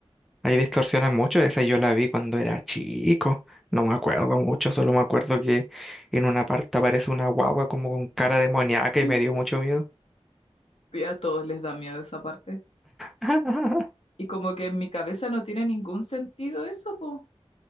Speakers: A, in the centre; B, on the left (about 65°).
A: Ahí distorsionan mucho. Esa yo la vi cuando era chico. No me acuerdo mucho, solo me acuerdo que en una parte aparece una guagua como con cara demoníaca y
B: Sí.
A: me dio mucho miedo.
B: Y a todos les da miedo esa parte.
A: <laughs>
B: Y como que en mi cabeza no tiene ningún sentido eso, po.